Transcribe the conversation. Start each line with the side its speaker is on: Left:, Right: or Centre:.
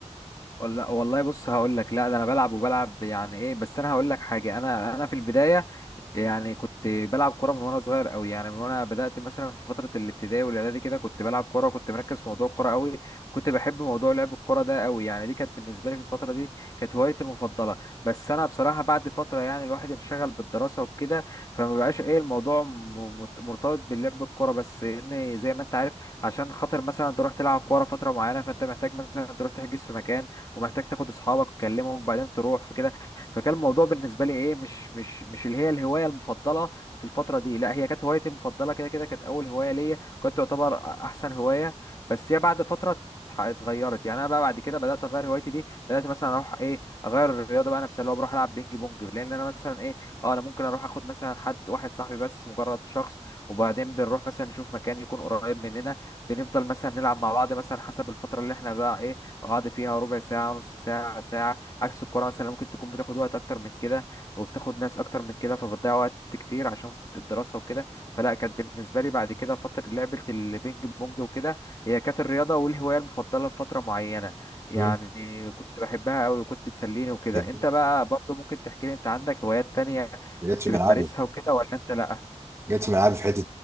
Left: ولا والله بص هقول لك لا ده انا بلعب وبلعب يعني ايه بس انا هقول لك حاجه انا انا في البدايه يعني كنت بلعب كوره من وانا صغير قوي يعني من وانا بدات مثلا في فتره الابتدائي والاعدادي كده كنت بلعب كوره كنت مركز في موضوع الكوره قوي كنت بحب موضوع لعب الكوره ده قوي يعني دي كانت بالنسبه لي في الفتره دي كانت هوايتي المفضله بس انا بصراحه بعد فتره يعني الواحد انشغل بالدراسه وكده فما بقاش ايه الموضوع م- مت- مرتبط باللعب الكوره بس ان زي ما انت عارف عشان خاطر مثلا تروح تلعب كوره فتره معينه فانت محتاج مثلا تروح تحجز في مكان ومحتاج تاخد اصحابك تكلمهم وبعدين تروح في فكان الموضوع بالنسبه لي ايه مش مش مش اللي هي الهوايه المفضله في الفتره دي لا هي كانت هوايتي المفضله كده كده كانت اول هوايه ليا كنت تعتبر احسن هوايه بس هي بعد فتره اتح- اتغيرت يعني انا بقى بعد كده بدات اغير هوايتي دي بدات مثلا اروح ايه اغير الرياضه بقى نفسها اللي هو بروح العب بينج بونج لان انا مثلا ايه اه انا ممكن اروح اخد مثلا حد واحد صاحبي بس مجرد شخص وبعدين بنروح مثلا نشوف مكان يكون قريب مننا بنفضل مثلا نلعب مع بعض مثلا حسب الفتره اللي احنا بقى ايه مع بعض فيها ربع ساعه نص ساعه ساعه عكس الكوره مثلا ممكن تكون بتاخد وقت اكتر من كده وبتاخد ناس اكتر من كده فبتضيع وقت كتير عشان الدراسه وكده فلا كانت بالنسبه لي بعد كده فتره لعبه البينج بونج وكده هي كانت الرياضه والهوايه المفضله لفتره معينه يعني
Right: مم.
Left: كنت بحبها قوي وكنت بتسليني وكده
Right: ده
Left: انت بقى برضو ممكن تحكي لي انت عندك هوايات تانية
Right: جت
Left: كنت
Right: في ملعبي
Left: بتمارسها وكده ولا انت لا
Right: جت في ملعبي في حته